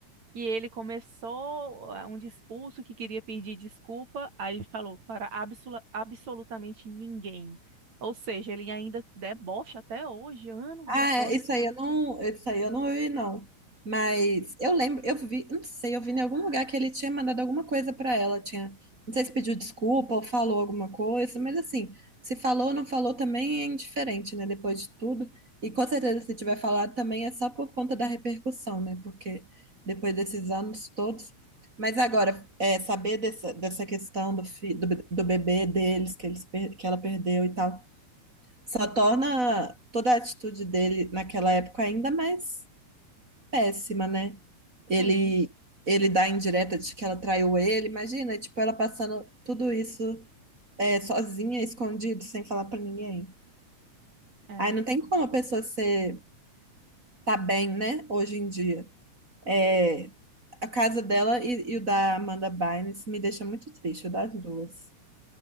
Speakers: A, on the right; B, on the right.
A: E ele começou ah, um discurso que queria pedir desculpa, aí ele falou para absolu- absolutamente ninguém. Ou seja, ele ainda debocha até hoje, anos
B: Ah,
A: depois.
B: é, isso aí eu não, isso aí eu não vi, não. Mas eu lembro, eu vi, não sei, eu vi em algum lugar que ele tinha mandado alguma coisa pra ela, tinha, não sei se pediu desculpa ou falou alguma coisa, mas assim, se falou ou não falou também é indiferente, né, depois de tudo. E com certeza se tiver falado também é só por conta da repercussão, né, porque depois desses anos todos. Mas agora, é, saber dessa, dessa questão do, fi, do, be- do bebê deles, que, eles, per- que ela perdeu e tal. Só torna toda a atitude dele naquela época ainda mais péssima, né? Ele,
A: Sim,
B: ele dá a indireta de que ela traiu ele, imagina, tipo, ela passando tudo isso é, sozinha, escondido, sem falar pra ninguém.
A: é,
B: Aí
A: então,
B: não tem como a pessoa ser, tá bem, né, hoje em dia. É, a casa dela e, e o da Amanda Bynes me deixa muito triste, o das duas.